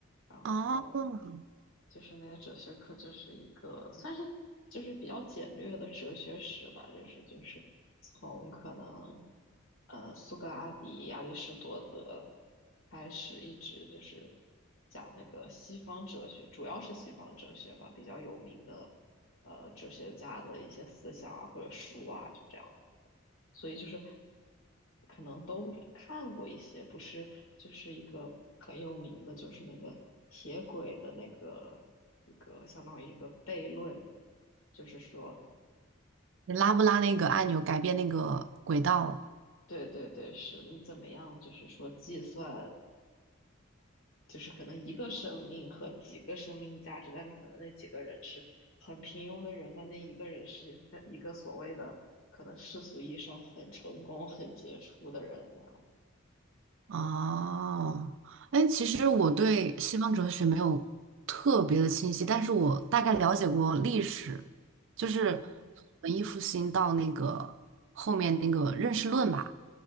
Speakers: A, on the left; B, on the right.
A: 然后
B: 哦，
A: 就是那个哲学课就是一个算是就是比较简略的哲学史吧，就是就是从可能呃苏格拉底、亚里士多德开始，一直就是讲那个西方哲学，主要是西方哲学吧，比较有名的呃哲学家的一些思想啊或者书啊，就这样。所以就是可能都看过一些，不是就是一个很有名的，就是那个铁轨的那个一个相当于一个悖论，就是说，
B: 你拉不拉那个按钮改变那个轨道？
A: 对对对，是你怎么样，就是说计算，就是可能一个生命和几个生命价值，但可能那几个人是很平庸的人，但那一个人是很一个所谓的可能世俗意义上很成功、很杰出的人那样，
B: 哦，哎，其实我对西方哲学没有特别的清晰，但是我大概了解过历史，就是
A: 嗯
B: 文艺复兴到那个后面那个认识论吧。